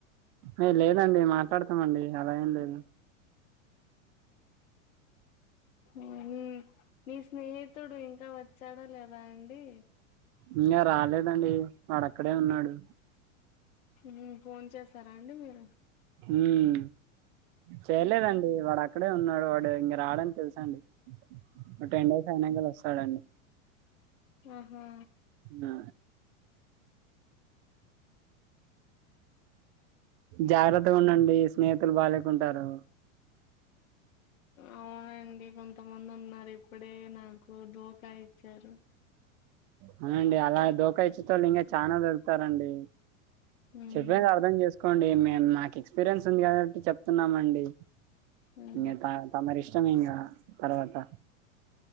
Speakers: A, on the right; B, on the left.
A: ఏ లేదండి మాట్లాడతామండి అలా ఏం లేదు
B: ఉమ్ మీ స్నేహితుడు ఇంకా వచ్చాడా లేదా అండి
A: ఇంకా రాలేదండి వాడక్కడే ఉన్నాడు
B: ఉమ్ ఫోన్ చేస రడి మీరు
A: ఉమ్ చేయలేదండి
B: ఉహు
A: వాడు అక్కడ అక్కడే ఉన్నాడు వాడు ఇంకా రాడని తెలుసాండి ఓ టెన్ డేస్ అయినాక వ స్తాడండీ
B: ఆహా
A: ఆ జాగ్రత్తగా ఉండండి స్నేహితులు బాలేకుంటారు
B: అవునండి కొంతమంది ఉన్నారు ఇప్పుడే నాకు దోకా ఇచ్చారు
A: అవునండి అలా దోకా ఇచ్చుత వాళ్ళు ఇంకా చాలనా దొరుకుతారండి
B: ఉమ్
A: చెప్పేది అర్థం చేసుకోండి మేము మాకు ఎక్స్పీరియన్స్ ఉంది కద చెప్తున్నామండి
B: ఉమ్
A: ఇంకా త తమరి ఇష్టం ఇంకా తర్వాత